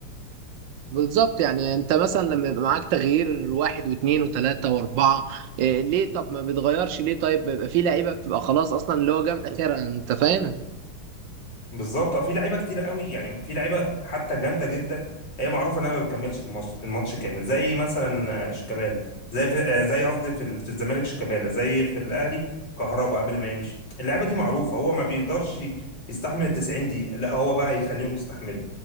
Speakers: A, on the right; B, on the left.
A: بالظبط يعني انت مثلا لما يبقى معاك تغيير واحد واثنين وثلاثة واربعة إيه ليه طب ما بتغيرش ليه طيب بيبقى في لعيبة بتبقى خلاص اصلا اللي هو جابت اخرها انت فاهم
B: بالظبط اه في لعيبه كتير قوي يعني في لعيبه حتى جامده جدا هي معروفه انها ما بتكملش الماتش الماتش كامل زي مثلا آه، شيكابالا زي في آه، زي قصدي في ال- في الزمالك شيكابالا زي في الاهلي كهربا قبل ما يمشي اللعيبه دي معروفه هو ما بيقدرش يستحمل ال 90 دقيقه لا هو بقى هيخليهم يستحملوا